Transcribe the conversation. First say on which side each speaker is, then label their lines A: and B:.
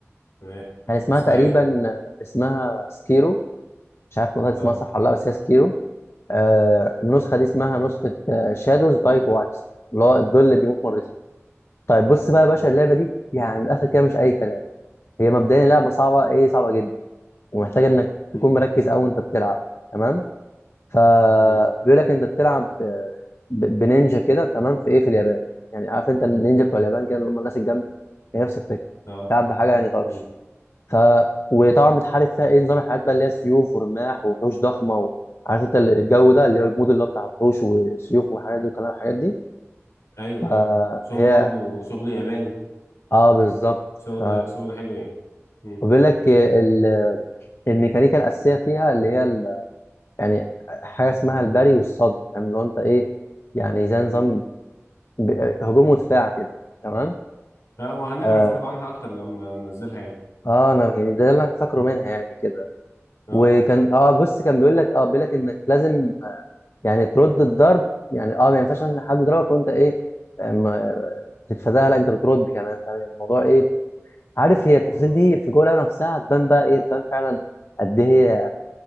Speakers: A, on the left (about 80°); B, on the left (about 60°).
A: تمام
B: كان اسمها
A: اسمها
B: تقريبا
A: ايه
B: اسمها سكيرو مش عارف والله اسمها
A: اه
B: صح ولا لا بس هي سكيرو آه النسخه دي اسمها نسخه شادوز دايت وايز اللي هو الظل اللي بيموت مرتين طيب بص بقى يا باشا
A: امم
B: اللعبه دي يعني من الاخر كده مش اي كلام هي مبدئيا لعبه صعبه ايه صعبه جدا ومحتاجه انك
A: امم
B: تكون مركز قوي وانت بتلعب تمام فبيقول
A: امم
B: لك انت بتلعب ب- ب- بنينجا كده تمام في ايه في اليابان يعني عارف انت النينجا بتوع اليابان كده اللي هم الناس الجامده دي هي نفس الفكره
A: اه
B: بتلعب بحاجه يعني طرش
A: امم
B: ف وطبعا بتحارب فيها ايه نظام الحاجات بقى اللي هي سيوف ورماح ووحوش ضخمه و... عارف انت الجو ده اللي هو المود اللي هو بتاع وحوش وسيوف وحاجات دي وكلام الحاجات دي
A: ايوه
B: فهي
A: ايوه شغل برضو شغل ياباني
B: اه بالظبط
A: شغل
B: ف
A: شغل حلو يعني امم
B: وبيقول لك ال... الميكانيكا الاساسيه فيها اللي هي ال... يعني حاجه اسمها البري والصد فاهم اللي هو انت ايه يعني زي نظام
A: امم
B: ب... هجوم ودفاع كده تمام
A: اه وهنعرف
B: آه...
A: برضو عنها اكتر لما ننزلها يعني
B: اه انا يعني ده اللي انا فاكره
A: امم
B: منها يعني كده
A: اه
B: وكان اه بص كان بيقول لك اه بيقول لك انك لازم آه، يعني ترد الضرب يعني اه ما ينفعش مثلا حد يضربك وانت ايه أم- تتفاداها لا انت بترد كمان فاهم يعني الموضوع ايه عارف هي التفاصيل
A: اه
B: دي في جوه اللعبه نفسها هتبان بقى ايه تبان فعلا قد ايه